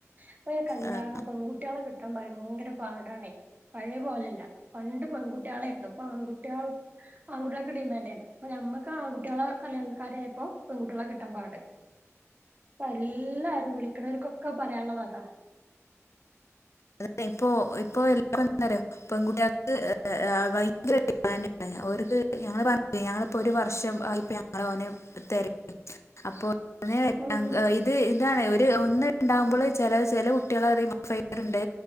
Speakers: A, on the right; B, on the left.
A: ഇപ്പയകല്യാണ
B: ആ,
A: പെൺകുട്ട്യാളെ കിട്ടാന് ഭയങ്കര പാടാണേ.... പഴേ പോലല്ല പണ്ട് പെൺകുട്ട്യാളേർന്നു ഇപ്പൊ ആൺകുട്യാള് ആൺകുട്ട്യാൾക്ക് ഡിമാന്റെർന്നു ഞമ്മക്ക് ആൺകുട്ട്യാളെ കല്ല്യാണകാര്യായപ്പോ പെൺകുട്ട്യാളെ കിട്ടാൻ പാട് എല്ലാ... രും വിളിക്കിണോർക്കൊക്കെ പറയാന്ള്ളത് അതാണ്
B: അത് ഇപ്പൊ ഇപ്പൊ എല്ല ന്നറിയോ പെൺകുട്ടികൾക്ക് ഭയങ്കര അഭ അവർക്ക് ഞങ്ങള് പറഞ്ഞ ഞങ്ങളിപ്പോൊ ഒരു വർഷം <unintelligible> ഞങ്ങള ന തെരും അപ്പോ <inaudible> ഓന്
A: ഉം
B: <unintelligible> ഇത് ഇതാണ് ഒര് ഒന്ന്ണ്ടാവുമ്പള് ചെല ചെലകുട്ട്യാളറിയും <inaudible> റ്ണ്ട്